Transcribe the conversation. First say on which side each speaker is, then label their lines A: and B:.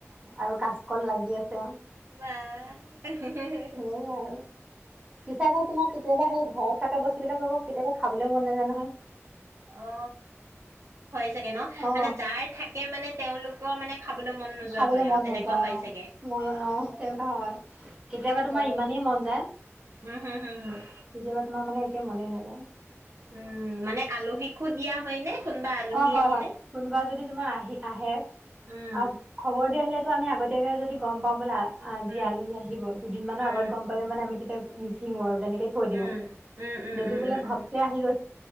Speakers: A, on the right (about 20°); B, on the right (about 70°).
A: আৰু কাচকল লাগিয়ে থাকে। আছা <unintelligible>
B: এ হিহিহিহি
A: সেয়াই আৰু পিছে আকৌ তোমাৰ কেতিয়াবা সেই ঘৰত থকা বস্তুবিলাকক কেতিয়াবা খাবলৈও মন নাযায় নহয়
B: অ <unintelligible> ন
A: অ
B: মানে যাৰ থাকে মানে তেওঁলোক ক মানে খাবলৈ মন নোযোৱা
A: খাবলৈ
B: হয়
A: মন
B: আও তেনেকুৱা
A: নাযায়
B: হয়
A: অ
B: চাগে
A: মই
B: অ
A: তেনেকুৱা হয় কেতিয়াবা তোমাৰ
B: হয়
A: ইমানেই মন যায়
B: উম হম হম হম
A: তোমাৰ মানে একে মনেই নাযায়
B: উম মানে আলহীকো দিয়া হয় নে কোনোবা আলহী
A: অ হয়
B: আহিলে?
A: হয় কোনোবা যদি তোমাৰ আহি আহে
B: উম,
A: অ খবৰ দি আহিলেতো আমি আগতে প্ৰত্যকে যদি গম পাওঁ বলা আজি
B: উম,
A: আলহী আহিব দুদিন মানৰ
B: উম,
A: আগত গম পালে মানে আমি তেতিয়া মিচিং <inaudible> থৈ দি
B: উম, উম, উম,
A: যদি
B: উম,
A: বোলে
B: উম, উম,
A: ঘপক আহি গৈ